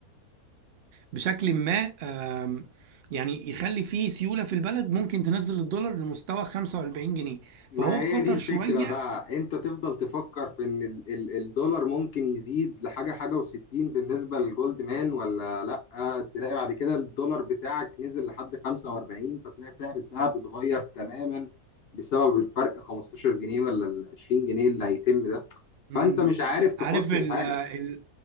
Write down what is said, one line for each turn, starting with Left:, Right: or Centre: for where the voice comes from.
Right: بشكل ما آم، يعني يخلي فيه سيولة في البلد ممكن تنزل الدولار لمستوى 45 جنيه
Left: ما
Right: فهو
Left: هي
Right: خطر
Left: دي الفكرة
Right: شوية
Left: بقى انت تفضل تفكر في ان ال ال الدولار ممكن يزيد لحاجة حاجة وستين بالنسبة للجولد مان ولا لأ تلاقي بعد كده الدولار بتاعك نزل لحد خمسة وأربعين فتلاقي سعر الذهب اتغير تماما بسبب الفرق 15 جنيه ولا ال 20 جنيه اللي هيتم ده
Right: مم.
Left: فانت مش عارف تحط
Right: عارف ال
Left: الحاجة
Right: ال